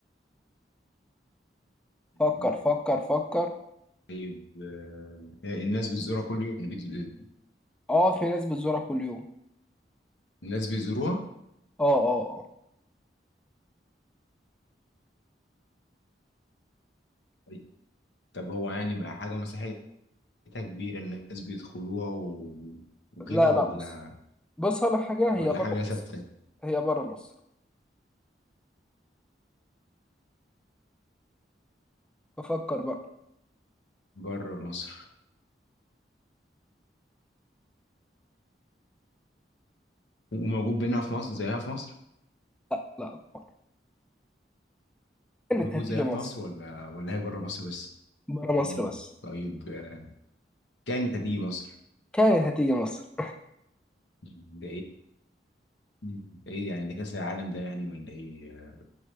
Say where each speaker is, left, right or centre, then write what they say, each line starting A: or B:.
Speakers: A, in the centre; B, on the left.
A: فكر
B: م-
A: فكر فكر
B: طيب آه، الناس بتزورها كل يوم يعني بيز-
A: اه في ناس بتزورها كل يوم
B: الناس بيزوروها
A: اه اه اه
B: طيب، طب هو يعني حاجة مسيحية حتة كبيرة الناس بيدخلوها و... وكده
A: لا
B: ولا
A: لا بص بص على حاجه
B: ولا
A: هي بره
B: حاجة ثابتة
A: مصر هي بره مصر ففكر بقى
B: بره مصر وموجود بينها في مصر زيها في مصر
A: لا لا طبعا كانت
B: موجود
A: هتيجي
B: زيها
A: مصر
B: في مصر ولا ولا هي بره مصر بس
A: بره مصر
B: مم.
A: بس
B: طيب آه، كانت هتيجي مصر
A: كانت هتيجي مصر
B: مم. ده ايه مم. ده ايه يعني ده كأس العالم ده يعني ولا ايه آه،